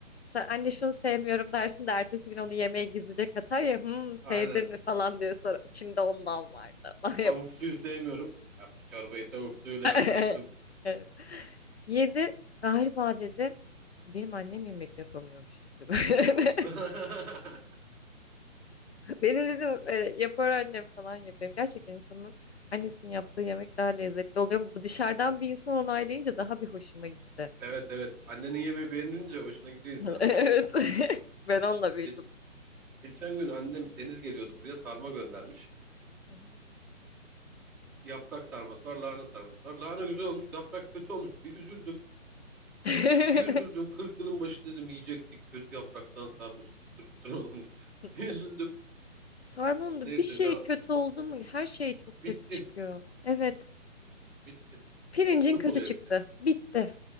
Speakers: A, on the left (about 55°); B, in the centre.
A: Sen anne şunu sevmiyorum dersin de ertesi gün onu yemeğe gizlice katar ya "Hmm, sevdin
B: Aynen.
A: mi falan diye sonra içinde ondan vardı. <laughs>
B: Tavuk suyu sevmiyorum. Ben bu çorbayı tavuk suyuyla
A: Yapar.
B: yapmıştım.
A: <laughs> Yedi galiba dedi. Benim annem yemek yapamıyormuş dedi. <laughs> böyle.
B: <laughs>
A: Benim dedim e, yapar annem falan yapıyorum. Gerçekten insanın annesinin yaptığı yemek daha lezzetli oluyor. Bu dışarıdan bir insan onaylayınca daha bir hoşuma gitti.
B: Evet evet. Annenin yemeği beğenilince hoşuna gidiyor insan.
A: <laughs> Evet. <laughs> Ben onunla büyüdüm.
B: Geç, geçen gün annem Deniz geliyordu buraya sarma göndermiş.
A: Hı
B: Yaprak sarması var, lahana sarması var. Lahana güzel olmuş, yaprak kötü olmuş. Bir üzüldüm.
A: hı.
B: Bir üzüldüm. 40 yılın başı dedim yiyecektik. Kötü yapraktan sarmış, kıtır kıtır olmuş. <laughs>
A: <laughs>
B: Bir üzüldüm.
A: Sarmanında
B: Neyse
A: bir şey
B: la
A: kötü oldu mu her şey çok kötü
B: bittin,
A: çıkıyor. Evet.
B: bittin.
A: Pirincin
B: Çöp
A: kötü
B: oluyor
A: çıktı.
B: hepsi.
A: Bitti.